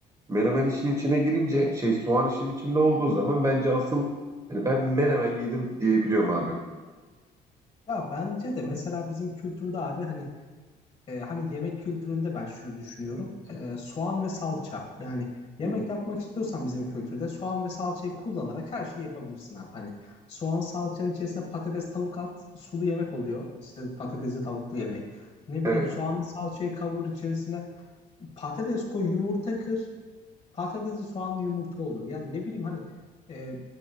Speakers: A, on the right; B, on the left.
A: Menemen işin içine girince şey soğan işin içinde olduğu zaman bence asıl hani ben menemen yedim diyebiliyorum abi.
B: Ya bence de mesela bizim kültürde abi hani e, hani yemek kültüründe ben şunu düşünüyorum. E, soğan ve salça. Yani yemek
A: Hı hı.
B: yapmak istiyorsan bizim kültürde soğan ve salçayı kullanarak her şeyi yapabilirsin abi. Hani soğan salçanın içerisine patates tavuk at sulu yemek oluyor. İşte patatesli tavuklu yemek. Ne bileyim
A: Evet.
B: soğanlı salçayı kavur içerisine patates koy yumurta kır. Patatesli soğanlı yumurta olur. Yani ne bileyim hani e,